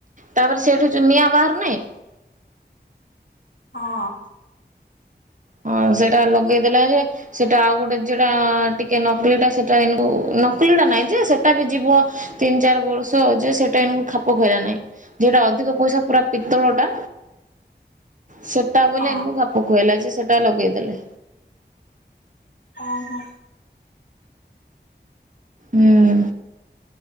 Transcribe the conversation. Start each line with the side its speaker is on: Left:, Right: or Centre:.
Right: ତାପରେ ସେଠି ଯୋଉ ନିଆଁ ବାହାରୁ ନାହିଁ।
Left: ହଁ।
Right: ହଁ ସେଇଟା ଲଗେଇଦେଲା ଯେ ସେଟା ଆଉ ଗୋଟେ ଯଉଟା ଟିକେ ନକଲିଟା ସେଟା ଏନବୋ ନକଲି ଟା ନାଇଁ ଯେ ସେଟା ବି ଯିବ। ତିନି ଚାରି ବର୍ଷ ଯେ ସେଟା ଏନଙ୍କୁ ଖାପ ଖୁଆଇଲା ନାହିଁ। ଯୋଉଟା ଅଧିକ ପଇସା ପୁରା ପିତଳଟା ସେଟା ବୋଇଲେ
Left: ହଁ
Right: ଏନଙ୍କୁ ଖାପ ଖୁଆଇଲା ଯେ ସେଟା ଲଗେଇଦେଲେ।
Left: ଓହୋ।
Right: ହୁଁ